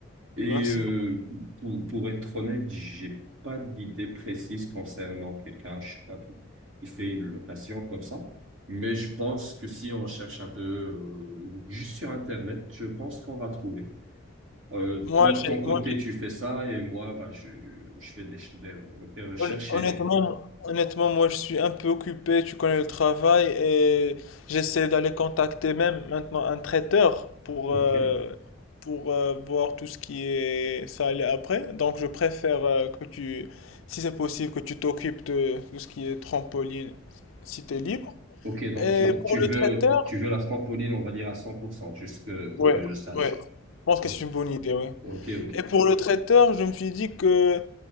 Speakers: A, on the right; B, on the left.
A: Et
B: Merci.
A: euh, pour, pour être honnête, j'ai pas d'idée précise concernant quelqu'un, je sais pas, qui qui fait une location comme ça. Mais je pense que si on cherche un peu euh, juste sur Internet, je pense qu'on va trouver. Euh,
B: Moi,
A: toi, de ton
B: j'ai,
A: côté,
B: moi, j'ai-
A: tu fais ça et moi, bah, je, je fais des, des, des recherches
B: Hon- Honnêtement,
A: et...
B: honnêtement, moi je suis un peu occupé, tu connais le travail et j'essaie d'aller contacter même maintenant un traiteur pour,
A: Ok.
B: euh, pour euh, voir tout ce qui est ça aller après. Donc je préfère euh, que tu, si c'est possible, que tu t'occupes de tout ce qui est trampoline si tu es libre.
A: Ok, donc
B: Et
A: tu,
B: pour
A: tu veux
B: le traiteur,
A: tu veux la trampoline, on va dire à 100%, juste que- pour
B: ouais,
A: que je sache.
B: ouais, je pense
A: Ok,
B: que c'est une bonne idée, ouais.
A: ok, ok.
B: Et pour le traiteur, je me suis dit que